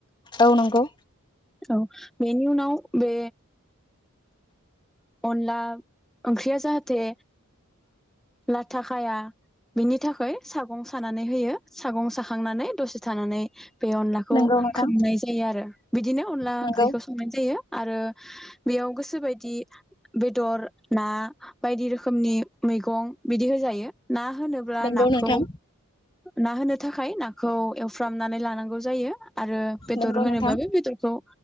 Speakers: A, on the left (about 20°); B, in the centre.
A: औ नंगौ।
B: औ बेनि उनाव बे। अनला ओंख्रिया जाहाथे लाथाखाया बिनि थाखाय सागं सानानै होयो सागं साखांनानै दसे थानानै। बे अनलाखौ
A: नंगौ नोंथां
B: खोबनाय जायो आरो बिदिनो अनला
A: नंगौ
B: ओंख्रिखौ संनाय जायो। आरो बेयाव गोसोबायदि बेदर, ना बायदि रोखोमनि मैगं बिदि होजायो। ना होनोब्ला
A: नंगौ
B: नाखौ
A: नोंथां
B: ना होनो थाखाय नाखौ एवफ्रामनानै लानांगौ जायो। आरो बेदर
A: नंगौ
B: होनोबाबो
A: नोंथां
B: बेदरखौ